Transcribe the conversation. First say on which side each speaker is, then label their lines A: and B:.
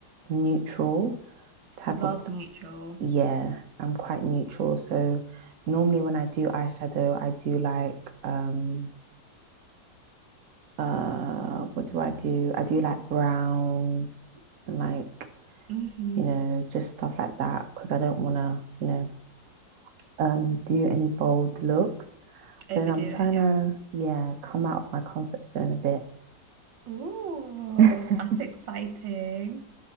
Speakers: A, on the right (about 55°); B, on the right (about 90°).
A: neutral type
B: Love
A: of
B: neutral.
A: yeah, I'm quite neutral. So normally when I do eyeshadow, I do like um uh what do I do? I do like browns and like,
B: Mm-hmm.
A: you know, just stuff like that because I don't want to, you know, um do any bold looks.
B: Overdo
A: But then I'm trying
B: it, yeah.
A: to, yeah, come out of my comfort zone a bit.
B: Ooh,
A: <laughs>
B: that's exciting.